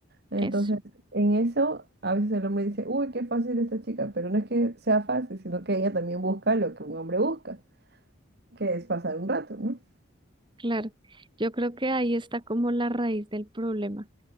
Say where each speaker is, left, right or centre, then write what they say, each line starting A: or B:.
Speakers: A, on the right; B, on the right.
A: Entonces,
B: eso,
A: en eso, a veces el hombre dice, uy, qué fácil esta chica, pero no es que sea fácil, sino que ella también busca lo que un hombre busca, que es pasar un rato, ¿no?
B: claro. Yo creo que ahí está como la raíz del problema,